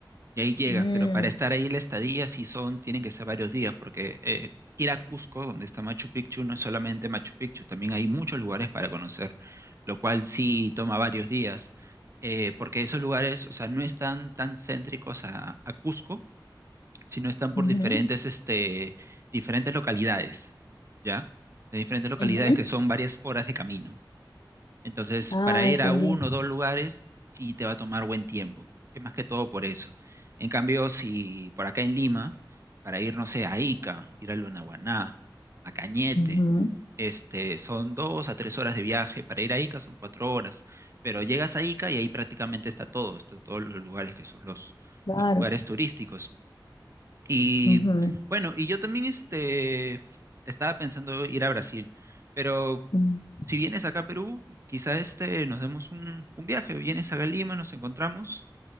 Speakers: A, on the right (about 35°); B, on the left (about 65°).
A: y ahí llegas,
B: Mm,
A: pero para estar ahí la estadía sí son, tienen que ser varios días porque eh, ir a Cusco, donde está Machu Picchu, no es solamente Machu Picchu, también hay muchos lugares para conocer, lo cual sí toma varios días, eh, porque esos lugares, o sea, no están tan céntricos a, a Cusco, sino están por
B: ujú,
A: diferentes, este, diferentes localidades, ¿ya? De diferentes localidades
B: ujú,
A: que son varias horas de camino. Entonces,
B: Ah,
A: para ir
B: entendí.
A: a uno o dos lugares, sí te va a tomar buen tiempo. Es más que todo por eso. En cambio, si por acá en Lima, para ir, no sé, a Ica, ir a Lunahuaná, a Cañete,
B: ujú,
A: este, son dos a tres horas de viaje. Para ir a Ica son cuatro horas. Pero llegas a Ica y ahí prácticamente está todo, está todos los lugares que son los,
B: claro.
A: los lugares turísticos. Y
B: ujú,
A: bueno, y yo también este, estaba pensando ir a Brasil. Pero
B: mm,
A: si vienes acá a Perú, quizá este nos demos un, un viaje. Vienes acá a Lima, nos encontramos,